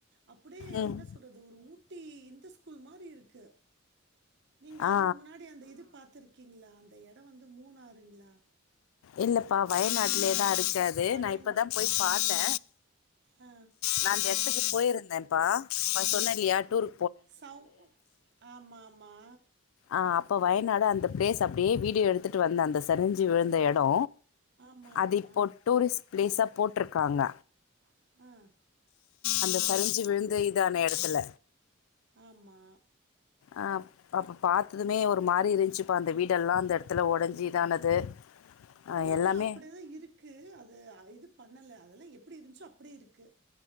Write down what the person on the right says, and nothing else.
அப்பிடியே
என்ன சொல்றது ஒரு ஊட்டி இந்த ஸ் கூல் மாரி இருக்கு நீங்க
அதுக்கு முன்னாடி அந்த இது பாத்துரு க்கீங்களா அந்த எடோ வந்து மூணாறுங்களா
இல்ல
வயநாடு
ஆ
சௌ ஆமா ஆமா
ஆமா
ஆமா ஆ
ஆமா
இன்னு அதெல்லா
அப்பிடியேதா இருக்கு அது அ இது பண்ணல அதெல்லா எப்பிடி இருந்துச்சோ அப்படியே இருக்கு